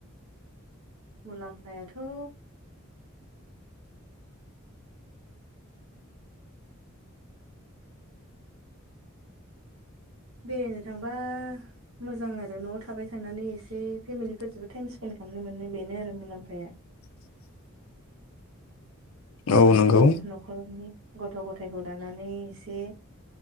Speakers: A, on the right; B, on the left.
A: मुलाम्फाया थ' बेरायनो थांबा मोजां आरो न'आव थाबाय थानानै एसे फेमिलिफोरजोंबो टाइम स्पेन्ड खालामनो मोनो बेनो आरो मुलाम्फाया
B: <inaudible>
A: गासैबो
B: औ नंगौ
A: न'खरनि गथ' गथायखौ लानानै एसे